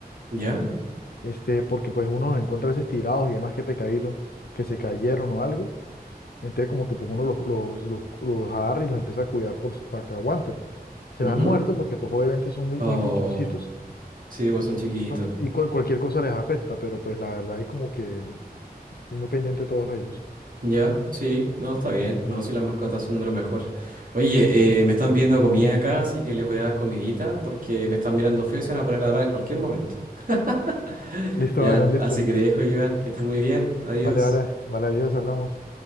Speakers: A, on the right; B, on the left.
A: ¿Ya?
B: este, porque, pues, uno los encuentra a veces tirados y demás que pecadito, que se cayeron o algo. Entonces como que pues uno los, los, los, los agarra y los empieza a cuidar por, para que aguanten. Se
A: Ujú.
B: van muertos porque pues obviamente son muy,
A: Oh,
B: muy pichoncitos
A: sí, vos son chiquitos.
B: son- y cual- cualquier cosa les afecta, pero pues la verdad hay como que estoy muy pendiente de todos ellos.
A: Ya, sí, no, está bien. No, si las mascotas son de lo mejor. Oye,
B: Ujú.
A: eh, me están pidiendo comida acá, así que les voy a dar comidita porque me están mirando feo y se van a poner a ladrar en cualquier momento. <laughs>
B: Listo,
A: Ya,
B: Aaron, listo.
A: así que te dejo, Joan, que estés muy bien. Adiós.
B: Vale, vale, vale, adiós, hablamos.